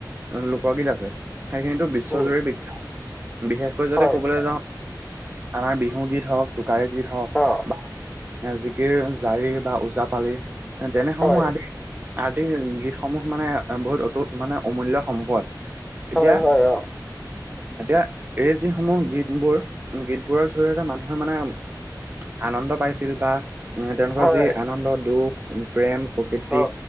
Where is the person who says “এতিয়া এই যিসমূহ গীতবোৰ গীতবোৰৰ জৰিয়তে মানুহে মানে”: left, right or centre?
Right